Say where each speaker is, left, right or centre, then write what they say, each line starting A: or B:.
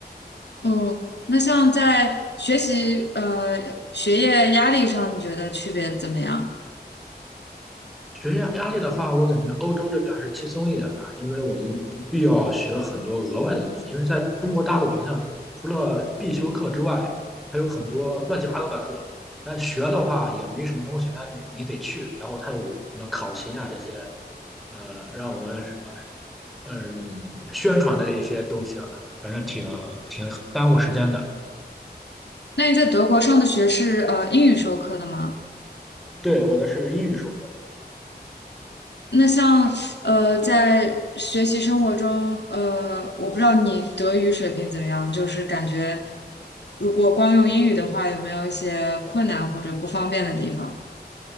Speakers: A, on the left; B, in the centre.
A: 嗯，那像在学习呃学业压力上，你觉得区别怎么样？
B: 学业压力的话，我感觉欧洲这边还是轻松一点吧，因为我们不必要学很多额外的东西。因为在中国大陆，好像除了必修课之外，还有很多乱七八糟的课。但学的话也没什么东西，但是你得去。然后它有什么考勤啊这些，呃，让我们什么嗯宣传的一些东西啊，反正挺挺耽误时间的。
A: 那你在德国上的学是呃英语授课的吗？
B: 对，我的是英语授课，
A: 那像呃在学习生活中，呃，我不知道你德语水平怎么样，就是感觉如果光用英语的话，有没有一些困难或者不方便的地方？